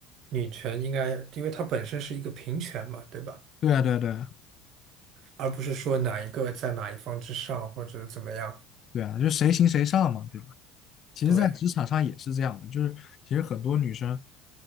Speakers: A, on the right; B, on the left.
A: 女权应该，因为它本身是一个平权嘛，对吧？
B: 对啊，对啊，对啊
A: 而不是说哪一个在哪一方之上或者怎么样。
B: 对啊，就谁行谁上嘛，对吧？其实，
A: 对，
B: 在职场上也是这样的，就是其实很多女生，